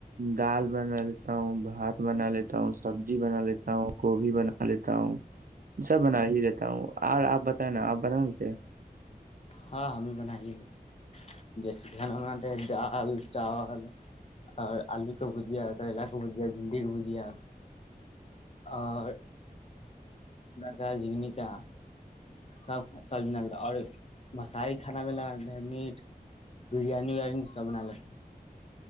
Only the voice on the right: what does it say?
دال بنالتا ہوں بھات بنا لیتا ہوں سبزی بنا لیتا ہوں گوبھی بنا لیتا ہوں سب بنا ہی لیتا ہوں اور آپ بتائیں نا آپ بنا لیتے ہیں